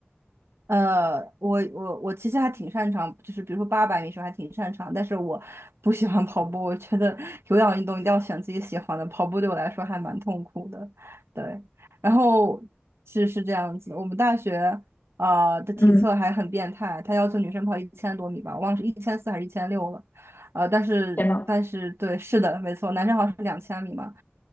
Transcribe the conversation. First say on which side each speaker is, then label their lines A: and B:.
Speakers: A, on the right (about 80°); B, on the left (about 50°).
A: 呃，我我我其实还挺擅长，就是比如说八百米时候还挺擅长，但是我不喜欢跑步，我觉得有氧运动一定要选自己喜欢的，跑步对我来说还蛮痛苦的，对。然后是是这样子我们大学呃的体测还很变态，
B: 嗯。
A: 他要求女生跑一千多米吧，我忘了是一千四还是一千六了，呃，但是但是对，
B: 天呐！
A: 是的，没错，男生好像是两千米嘛，